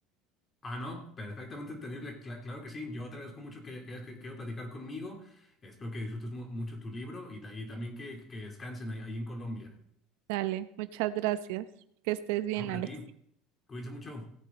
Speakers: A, on the left (about 20°); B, on the right (about 80°).
A: ah, no, perfectamente entendible, cla- claro que sí. Yo te agradezco mucho que, que hayas que- querido platicar conmigo. Espero que disfrutes mu- mucho tu libro y, ta- y también que, que descansen ahí, ahí en Colombia.
B: dale, muchas gracias. Que estés bien,
A: No, Hombre,
B: Alex.
A: a ti. Cuídense mucho.